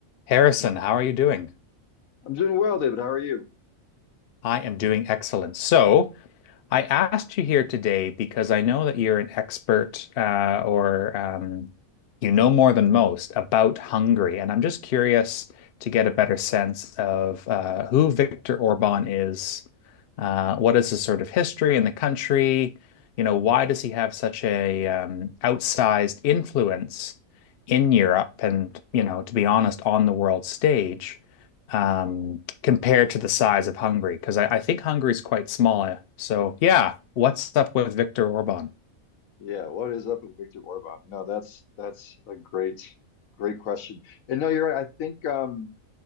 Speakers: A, on the left; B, on the left.
A: Harrison, how are you doing?
B: I'm doing well, David. How are you?
A: I am doing excellent. So, I asked you here today because I know that you're an expert uh, or um, you know more than most about Hungary. And I'm just curious to get a better sense of uh, who Viktor Orban is, uh, what is his sort of history in the country, you know, why does he have such a um, outsized influence in Europe and, you know, to be honest, on the world stage? um, compared to the size of Hungary? Because I, I think Hungary is quite small. So, yeah, what's up with Viktor Orban?
B: Yeah, what is up with Viktor Orban? No, that's that's a great, great question. And no, you're right. I think um